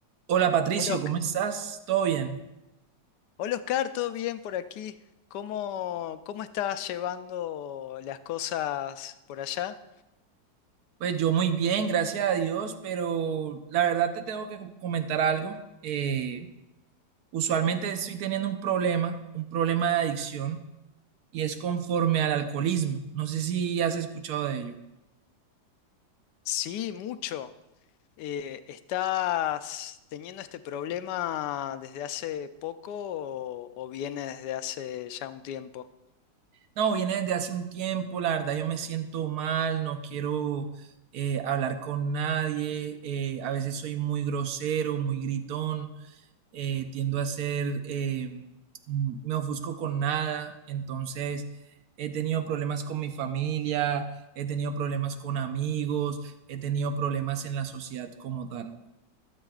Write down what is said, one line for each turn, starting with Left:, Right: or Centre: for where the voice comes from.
Right: Hola Patricio,
Left: Hola, Osc-
Right: ¿cómo estás? ¿Todo bien?
Left: Hola, Oscar, ¿todo bien por aquí? ¿Cómo, cómo estás llevando las cosas por allá?
Right: Pues yo muy bien, gracias a Dios, pero la verdad te tengo que com- comentar algo. Eh, usualmente estoy teniendo un problema, un problema de adicción, y es conforme al alcoholismo. No sé si has escuchado de ello.
Left: Sí, mucho. Eh, ¿estás teniendo este problema desde hace poco o, o viene desde hace ya un tiempo?
Right: No, viene desde hace un tiempo, la verdad yo me siento mal, no quiero eh, hablar con nadie, eh, a veces soy muy grosero, muy gritón. eh, tiendo a ser, eh, m- me ofusco con nada, entonces he tenido problemas con mi familia, he tenido problemas con amigos, he tenido problemas en la sociedad como tal.